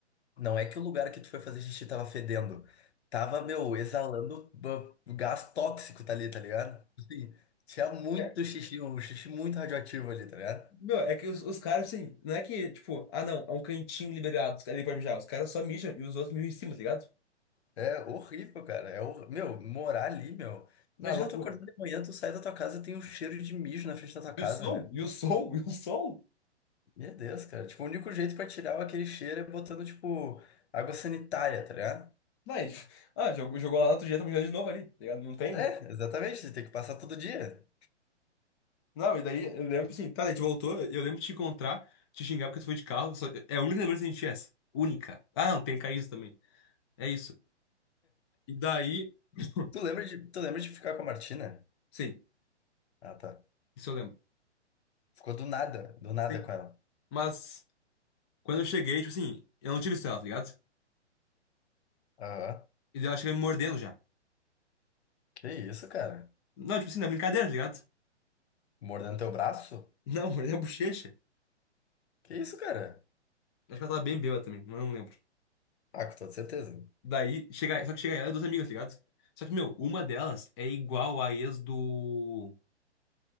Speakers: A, on the left (about 65°); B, on the left (about 25°).
A: não é que o lugar que tu foi fazer xixi tava fedendo. Tava, meu, exalando ba- gás tóxico tá ali, tá ligado? Tipo Assim, tinha muito
B: É,
A: xixi, um xixi muito radioativo ali, tá ligado?
B: meu, é que os, os caras, assim, não é que, tipo, ah, não, é um cantinho liberado, os caras ali pra mijar. Os caras só mijam e os outros mijam em cima, tá ligado?
A: É horrível, cara. É hor... Meu, morar ali, meu.
B: Na
A: Imagina
B: loucura.
A: tu acordar de manhã, tu sai da tua casa e tem um cheiro de mijo na frente da tua casa,
B: E o som,
A: meu.
B: e o som, e o som.
A: Meu Deus, cara. Tipo, o único jeito pra tirar aquele cheiro é botando, tipo, água sanitária, tá ligado?
B: Daí, ah, jogou, jogou lá no outro dia, tá mijando de novo ali, tá ligado? Não tem.
A: É, exatamente. Você tem que passar todo dia.
B: Não, e daí eu lembro, assim, tá, daí a gente voltou, eu lembro de te encontrar, te xingar porque tu foi de carro. só- é a única lembrança que a gente tinha é essa. Única. Ah, não, tem caído também. É isso. E daí. <coughs>
A: Tu
B: <laughs>
A: lembra de, tu lembra de ficar com a Martina?
B: Sim,
A: Ah, tá.
B: isso eu lembro.
A: Ficou do nada, do nada
B: Sim.
A: com ela.
B: Mas quando eu cheguei, tipo assim, eu não tive estrela, tá ligado?
A: Aham.
B: E daí ela chega me mordendo já.
A: Que isso, cara?
B: Não, tipo assim, na brincadeira, tá ligado? <laughs>
A: Mordendo teu braço?
B: Não, mordeu a bochecha.
A: Que isso, cara?
B: Acho que ela tava bem bêbada também, mas eu não lembro.
A: Ah, com toda certeza.
B: Daí, chega, só que chega ela e duas amigas, tá ligado? Só que, meu, uma delas é igual a ex do.